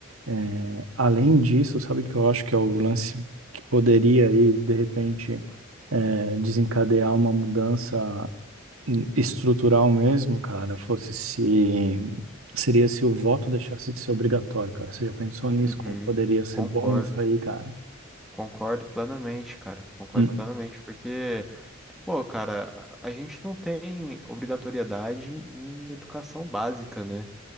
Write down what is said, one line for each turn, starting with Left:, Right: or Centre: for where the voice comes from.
Right: eh, além disso, sabe que eu acho que é o lance que poderia aí, de repente, eh, desencadear uma mudança estrutural mesmo, cara, fosse se seria se o voto deixasse de ser obrigatório, cara. Você já pensou nisso?
Centre: Uhum,
Right: Como poderia ser
Centre: concordo.
Right: bom isso aí, cara?
Centre: Concordo plenamente, cara. Concordo
Right: Hum.
Centre: plenamente, porque, pô, cara, a a gente não tem obrigatoriedade em educação básica, né?